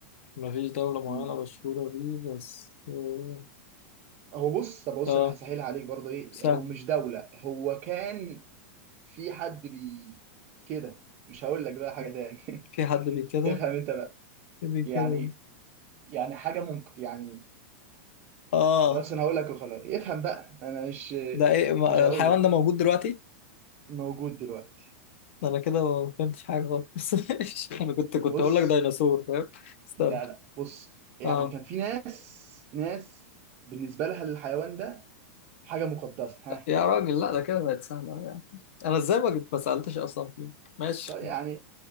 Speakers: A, on the left; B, on the right.
A: مفيش دولة معينة
B: امم
A: مشهورة بيه بس آه
B: هو بص طب بص
A: آه،
B: انا هسهلها عليك برضه ايه
A: سهل
B: هو مش دوله هو كان في حد بي كده مش هقول لك بقى حاجه تاني
A: في
B: <laughs>
A: حد بي كده
B: افهم انت بقى
A: بي كده
B: يعني يعني حاجه ممكن يعني
A: آه
B: اصلا هقول لك وخلاص افهم بقى انا مش
A: ده إيه ما-
B: مش هقول
A: الحيوان
B: لك
A: ده موجود دلوقتي؟
B: موجود دلوقتي
A: ده أنا كده ما فهمتش حاجة خالص <laughs> ماشي. أنا كنت كنت
B: بص
A: هقول لك ديناصور فاهم استنى
B: لا لا بص يعني
A: آه
B: كان في ناس ناس بالنسبة لها الحيوان ده حاجة مقدسة ها
A: يا راجل لا ده كده بقت سهلة أوي يعني أنا إزاي ما جيت- ما سألتش أصلا فيه ماشي
B: طيب يعني